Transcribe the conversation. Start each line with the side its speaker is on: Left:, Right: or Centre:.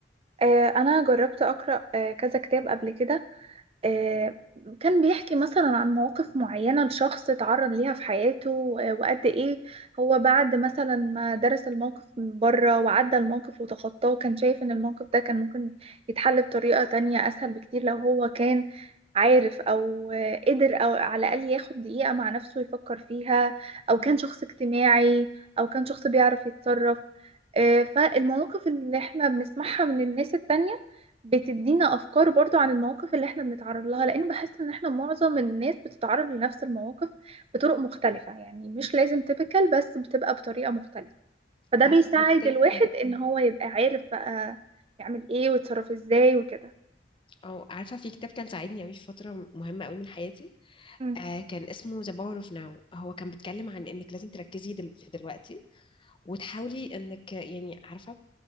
Right: آه، انا جربت اقرا آه، كذا كتاب قبل كده آه، كان بيحكي مثلا عن مواقف معينة لشخص اتعرض ليها في حياته آه، وقد ايه هو بعد مثلا ما درس الموقف من بره وعدى الموقف وتخطاه كان شايف ان الموقف ده كان ممكن يتحل بطريقة تانية اسهل بكتير لو هو كان عارف او آه، قدر او على الاقل ياخد دقيقة مع نفسه يفكر فيها او
Left: مم.
Right: كان شخص اجتماعي او كان شخص بيعرف يتصرف آه، فالمواقف اللي احنا بنسمعها من الناس التانية بتدينا افكار برضو عن المواقف اللي احنا بنتعرض لها لان بحس ان احنا معظم الناس بتتعرض لنفس المواقف بطرق مختلفة يعني مش لازم تيبيكال بس بتبقى بطريقة مختلفة فده
Left: عارفة
Right: بيساعد
Left: في كتاب
Right: الواحد ان هو يبقى عارف بقى يعمل ايه ويتصرف ازاي وكده
Left: أو عارفة في كتاب كان ساعدني أوي في فترة مهمة أوي من حياتي
Right: مم.
Left: آه كان اسمه The Power of Now هو كان بيتكلم عن إنك لازم تركزي دل... في دلوقتي وتحاولي انك يعني عارفه